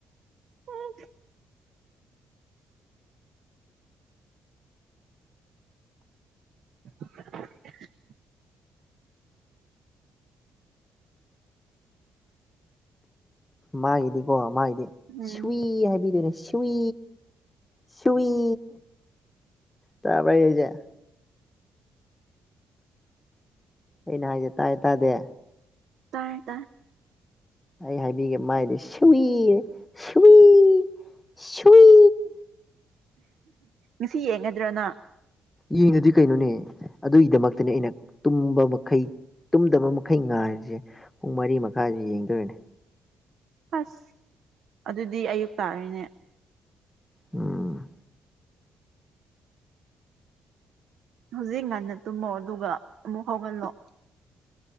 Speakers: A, on the right; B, on the left.
A: ꯎꯝ <unintelligible>
B: ꯃꯥꯒꯤꯗꯤꯀꯣ ꯃꯥꯒꯤꯗꯤ
A: ꯎꯝ
B: ꯁꯋꯤ ꯍꯥꯏꯕꯤꯗꯣꯏꯅꯦ ꯁꯋꯤ ꯁꯨꯏ ꯇꯄ ꯌꯦꯖꯦ ꯑꯩꯅ ꯍꯥꯏꯁꯦ ꯇꯥꯏ ꯇꯥꯗꯦ
A: ꯇꯥ ꯇ
B: ꯑꯩ ꯍꯥꯏꯕꯤꯒꯦ ꯃꯥꯏꯗꯤ ꯁꯨꯏ ꯁꯨꯏ ꯁꯨꯏ
A: ꯉꯁꯤ ꯌꯦꯡꯒꯗ꯭ꯔꯣꯅ
B: ꯌꯦꯡꯅꯗꯤ ꯀꯩꯅꯣꯅꯦ ꯑꯗꯨꯒꯤꯗꯃꯛꯇꯅꯦ ꯑꯩꯅ ꯇꯨꯝꯕ ꯃꯈꯩ ꯇꯨꯝꯗꯕ ꯃꯈꯩ ꯉꯥꯏꯔꯤꯁꯦ ꯄꯨꯡ ꯃꯔꯤ ꯃꯈꯥꯏꯁꯤꯦ ꯌꯦꯡꯗꯣꯏꯔꯅꯦ
A: ꯑꯁ ꯑꯗꯨꯗꯤ ꯑꯌꯨꯛ ꯇꯥꯔꯤꯅꯦ
B: ꯎꯝ
A: ꯍꯧꯖꯤꯛ ꯉꯟꯅ ꯇꯨꯝꯃꯣ ꯑꯗꯨꯒ ꯑꯃꯨꯛ ꯍꯧꯒꯜꯂꯣ